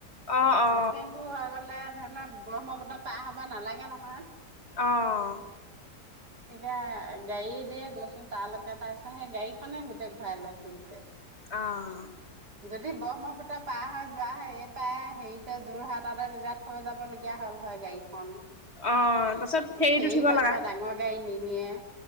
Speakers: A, on the left (about 40°); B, on the right (about 70°).
A: অ অ
B: লখিমপুৰ হৈ গ'লে- ধৰি লোক, ব্ৰহ্মপুত্ৰ পাৰ হ'ব নালাগে নহয়।
A: অ'।
B: তেতিয়া গাড়ী দিয়ে গৈছোঁ তালৈকে, তাৰ‌ পিছত সেই গাড়ী- খনে গোটেই ঘূৰাই লৈ ফুৰিছে।
A: অ'।
B: যদি ব্ৰহ্মপুত্ৰ পাৰ হৈ যোৱা হয়, এই পাৰে হেৰিতে যোৰহাটতে তেতিয়া থৈ যাবলগীয়া হ'ল হয় গাড়ী। খন,
A: অ তাৰপিছত
B: ম
A: ফেৰীত
B: হেৰি
A: উঠিব
B: তাৰপৰা
A: লগা
B: ডাঙৰ গাড়ী নি য়ে